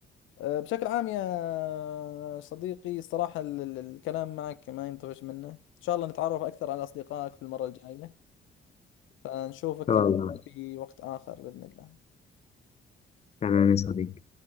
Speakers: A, on the left; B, on the left.
A: أه، بشكل عام يا صديقي الصراحة ال- ال- الكلام معك ما ينطفش منه إن شاء الله نتعرف أكثر على أصدقائك في المرة الجاية فنشوفك
B: شاء
A: إن
B: الله
A: شاء الله في وقت آخر بإذن الله
B: تمام يا صديقي